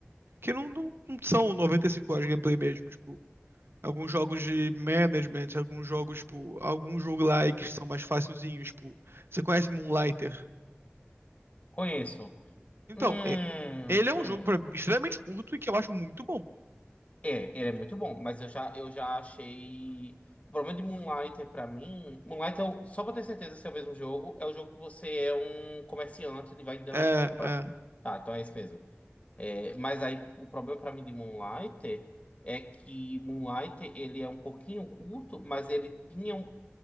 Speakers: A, on the right; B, on the left.
A: que não, não, não são 95 horas de gameplay mesmo, tipo, alguns jogos de management, alguns jogos, tipo, alguns jogo lá que são mais facilzinhos, tipo, você conhece Moonlighter?
B: Conheço.
A: Então,
B: Hum,
A: é- ele é um
B: hum.
A: jogo pra- extremamente curto e que eu acho muito bom.
B: É, ele é muito bom, mas eu já, eu já achei. O problema de Moonlighter pra mim. Moonlighter, é o- só pra ter certeza se é o mesmo jogo, é o jogo que você é um comerciante, ele vai em dungeon
A: É,
B: pra comprar.
A: é,
B: Tá, então é esse mesmo. É, mas aí o problema pra mim de Moonlighter é que Moonlighter ele é um pouquinho curto, mas ele tinha um.